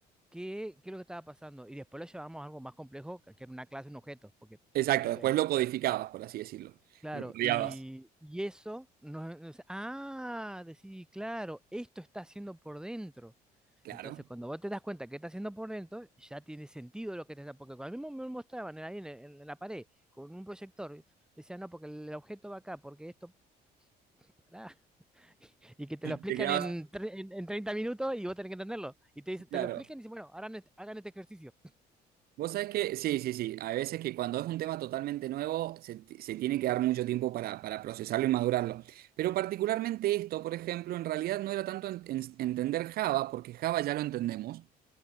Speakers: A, in the centre; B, on the right.
A: qué, qué es lo que estaba pasando y después lo llevamos a algo más complejo, que que era una clase, un objeto, porque
B: Exacto,
A: el,
B: después
A: el-
B: lo codificabas, por así decirlo.
A: claro,
B: Lo rodeabas.
A: y, y eso nos, nos- ah, decís, claro, esto está haciendo por dentro.
B: Claro.
A: Entonces cuando vos te das cuenta que está haciendo por dentro, ya tiene sentido lo que te está, porque cuando a mí me mostraban ahí en, en la pared con un proyector, decían, no, porque el objeto va acá, porque esto, pará. y que te lo explican
B: Te quedabas,
A: en, tre- en, en 30 minutos y vos tenés que entenderlo. Y te, dice- te
B: claro.
A: lo explican y dicen, bueno, hagan este, hagan este ejercicio.
B: Vos sabés que, sí, sí, sí, hay veces que cuando es un tema totalmente nuevo se, ti- se tiene que dar mucho tiempo para, para procesarlo y madurarlo. Pero particularmente esto, por ejemplo, en realidad no era tanto en- en- entender Java, porque Java ya lo entendemos,